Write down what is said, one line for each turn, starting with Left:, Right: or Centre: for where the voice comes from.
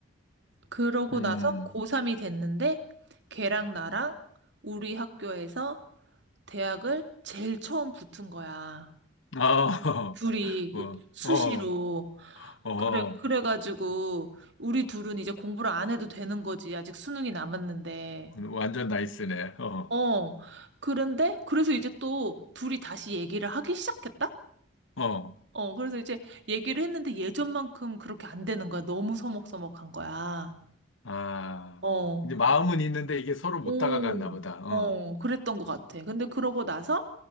Right: 그러고
Left: 음,
Right: 나서 고3이 됐는데 걔랑 나랑 우리 학교에서 대학을 제일 처음 붙은 거야
Left: 아, 어,
Right: 둘이
Left: <laughs>
Right: 수시로
Left: 어, 어, 어,
Right: 그래 그래가지고 우리 둘은 이제 공부를 안 해도 되는 거지. 아직 수능이 남았는데.
Left: 완전 나이스네. 어,
Right: 어. 그런데 그래서 이제 또 둘이 다시 얘기를 하기 시작했다?
Left: 어,
Right: 어. 그래서 이제 얘기를 했는데 예전만큼 그렇게 안 되는 거야. 너무 서먹서먹한 거야.
Left: 아,
Right: 어.
Left: 이제 마음은 있는데 이게 서로 못
Right: 오.
Left: 다가갔나 보다. 어,
Right: 어. 그랬던 것 같아. 근데 그러고 나서